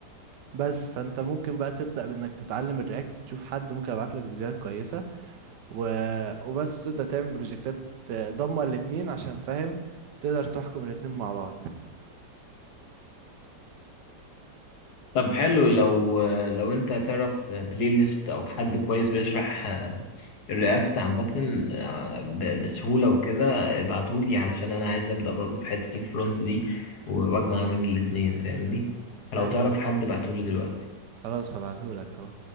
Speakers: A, on the right; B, on the left.
A: بس فانت ممكن بقى تبدأ بانك تتعلم الرياكت تشوف حد ممكن ابعت لك فيديوهات كويسة و... وبس تبدأ تعمل بروجكتات آه، ضمه الاتنين عشان فاهم تقدر تحكم الاتنين مع بعض
B: طب حلو لو لو انت تعرف بلاي ليست او حد كويس بيشرح الرياكت عامة آه، ب- بسهولة وكده ابعتولي علشان أنا عايز أبدأ برضه في حتة الفرونت دي و- وأجمع من الاتنين فاهمني فلو
A: ايوه
B: تعرف حد ابعتولي دلوقتي
A: خلاص هبعتهولك اهو